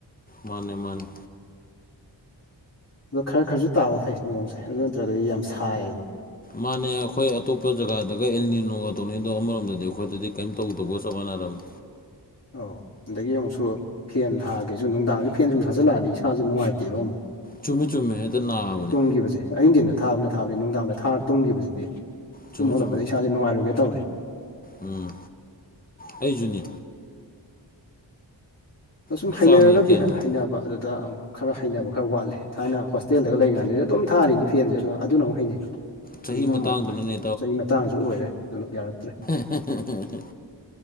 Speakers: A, on the left; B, on the left.
A: ꯃꯥꯅꯦ ꯃꯥꯅꯦ
B: ꯑꯗꯣ ꯈꯔ ꯈꯔꯁꯨ ꯇꯥꯕ ꯐꯩ ꯅꯣꯡꯁꯦ ꯑꯗꯨ ꯅꯠꯇ꯭ꯔꯒꯗꯤ ꯌꯥꯝ ꯁꯥꯏꯌꯦꯕ
A: ꯃꯥꯅꯦ ꯑꯩꯈꯣꯏ ꯑꯇꯣꯞꯄ ꯖꯒꯥꯗꯒ ꯑꯦꯜꯅꯤꯅꯣꯋꯥ ꯇꯧꯅꯤ ꯑꯗꯣ ꯑꯃꯔꯣꯝꯗꯗꯤ ꯑꯩꯈꯣꯏꯗꯗꯤ ꯀꯔꯤꯝ ꯇꯧꯗꯧꯕꯒ ꯆꯞ ꯃꯥꯟꯅꯔꯝꯃꯤ
B: ꯑꯣ ꯑꯗꯒꯤ ꯑꯃꯨꯛꯁꯨ ꯐꯦꯟ ꯊꯥꯒꯦꯁꯨ ꯅꯨꯡꯗꯥꯡꯗꯤ ꯐꯦꯟ ꯁꯨꯝ ꯊꯥꯖꯤꯜꯂꯛꯑꯗꯤ ꯏꯁꯥꯥꯁꯦ ꯅꯨꯡꯉꯥꯏꯇꯦꯕ ꯑꯃꯨꯛ
A: ꯆꯨꯝꯃꯤ ꯆꯨꯝꯃꯤ ꯍꯦꯛꯇ ꯅꯥꯕꯅꯦ
B: ꯇꯣꯡꯈꯤꯕꯁꯦ ꯑꯤꯡꯗꯤꯟ ꯅꯦ ꯊꯥꯕꯅ ꯊꯥꯕꯅꯤ ꯅꯨꯡꯗꯥꯡꯗ ꯊꯥꯔ ꯇꯨꯝꯈꯤꯕꯁꯤꯗꯤ
A: ꯆꯨꯝꯃꯤ
B: ꯇꯨꯝ ꯍꯣꯂꯛꯄꯗ
A: ꯆꯨꯝꯃꯤ
B: ꯏꯁꯥꯥꯁꯦ ꯅꯨꯡꯉꯥꯏꯔꯣꯏꯒꯦ ꯇꯧꯋꯦ
A: ꯎꯝ ꯑꯩꯁꯨꯨꯅꯤ
B: ꯑꯁꯨꯝ
A: ꯍꯛꯆꯥꯡꯁꯦ
B: ꯍꯩꯅꯔꯒꯗꯤ
A: ꯀꯌꯥ ꯅꯨꯡꯉꯥꯏ
B: ꯍꯩꯅꯕ ꯑꯗꯨꯗ ꯈꯔ ꯍꯩꯅꯕ ꯈꯔ ꯋꯥꯠꯂꯦ ꯊꯥꯏꯅ ꯍꯣꯁꯇꯦꯜꯗꯒ ꯂꯩꯔꯤꯉꯥꯟꯗꯗꯤ ꯑꯗꯨꯝ ꯊꯥꯔꯤꯅꯤ ꯐꯦꯟꯁꯦ ꯑꯗꯣ ꯑꯗꯨꯅ ꯑꯃꯨꯛ ꯍꯩꯅꯩ
A: ꯆꯍꯤ
B: ꯍꯧꯖꯤꯛꯅ
A: ꯃꯇꯥꯡꯗꯨꯅꯅꯦ
B: ꯑꯃꯨꯛ ꯆꯍꯤ ꯃꯇꯥꯡꯁꯨ ꯑꯣꯏꯔꯦ ꯑꯗꯨꯅ ꯌꯥꯔꯛꯇ꯭ꯔꯦ
A: ꯍꯦ ꯍꯦ ꯍꯦ